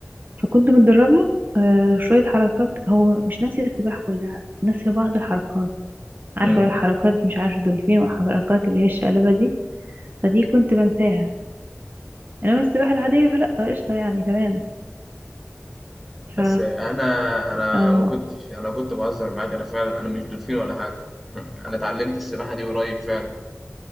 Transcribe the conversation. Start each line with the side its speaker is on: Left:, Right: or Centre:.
Right: فكنت متدربه آه شويه حركات هو مش ناسي السباحه كلها ناسي بعض الحركات عارفه
Centre: إيه؟
Right: حركات مش عارف دولفين وحركات اللي هي الشقلبه دي فدي كنت بنساها انما السباحه العاديه فلا قشطه يعني تمام
Centre: بس
Right: ف
Centre: انا انا
Right: اه
Centre: ما كنتش انا كنت بهزر معاك انا فعلا انا مش دولفين ولا حاجه <laughs> انا اتعلمت السباحه دي قريب فعلا